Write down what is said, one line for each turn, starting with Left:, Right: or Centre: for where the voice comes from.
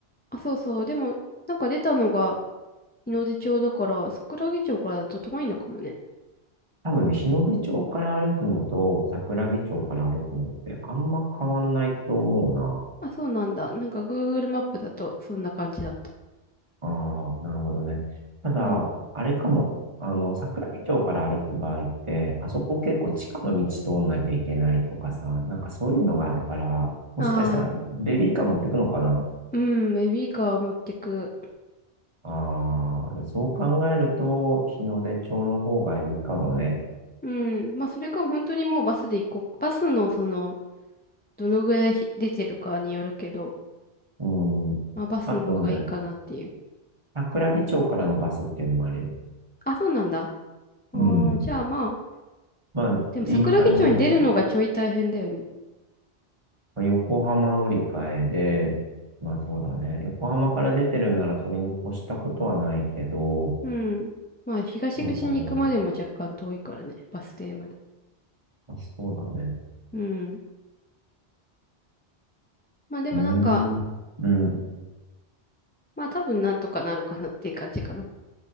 Left: あ、そうそう。でも、なんか出たのが日の出町だから、桜木町からだと遠いのかもね。
Right: 多分ね、日の出町から歩くのと桜木町から歩くのってあんま変わんないと思うな。
Left: あ、そうなんだ。なんか Google マップだとそんな感じだった。
Right: ああ、なるほどね。ただ、
Left: うん。
Right: あれかも。あの、桜木町から歩く場合って、あそこ結構地下の道通んなきゃいけないとかさ、なんかそういうのがあるから、もしかしたらベビーカー持ってくのかな
Left: ああ、うん、ベビーカーを持ってく。
Right: ああ、でそう考えると、日の出町の方がいいかもね。
Left: うん。まあそれか本当にもうバスで行こう。バスのその、どのぐらいひ出てるかによるけど、
Right: うん。
Left: まあ、バスの方がいいかなっていう。
Right: あとね、桜木町からのバスっていうのもあるよ。
Left: あ、そうなんだ。あーじゃあまあ、
Right: うん。まあ、
Left: でも桜木町に出るのがちょい大変だよね。
Right: いい感じの時間。まあ、横浜乗り換えで、まあそうだね。横浜から出てるんならそれに越したことはないけど、
Left: うん。まあ、東口に行くまでも若干遠いからね、
Right: どうだろうね。
Left: バス停まで。
Right: まあ、そうだね。
Left: うん。まあでもなんか、
Right: うーん。うん。
Left: まあ多分なんとかなるかなっていう感じかな。